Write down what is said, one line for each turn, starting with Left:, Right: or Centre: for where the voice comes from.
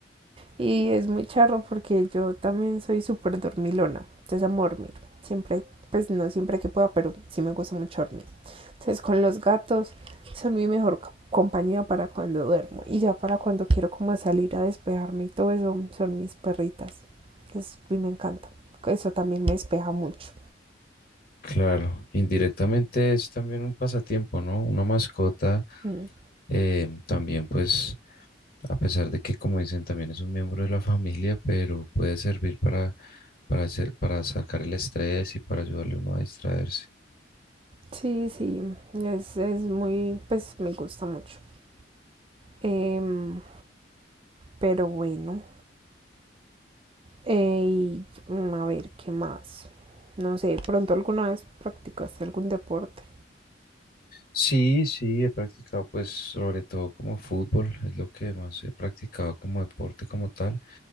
Right: Y es muy charro porque yo también soy súper dormilona. Entonces amo dormir. Siempre, pues no siempre que pueda, pero sí me gusta mucho dormir. Entonces con los gatos son mi mejor compañía para cuando duermo. Y ya para cuando quiero como salir a despejarme y todo eso son mis perritas. Entonces y me encanta. Eso también me despeja mucho.
Left: Claro, indirectamente es también un pasatiempo, ¿no? Una mascota
Right: Mm.
Left: eh, también, pues, a pesar de que, como dicen, también es un miembro de la <laughs> familia, pero puede servir para, para, hacer- para sacar el estrés y para ayudarle a uno a distraerse.
Right: Sí, sí. Es, es muy, pues me gusta mucho. Em, Pero bueno, eh, y, mm, a ver, ¿qué más? No sé, pronto alguna vez practicaste algún deporte.
Left: Sí, sí, he practicado pues sobre todo como fútbol, es lo que más he practicado como deporte como tal.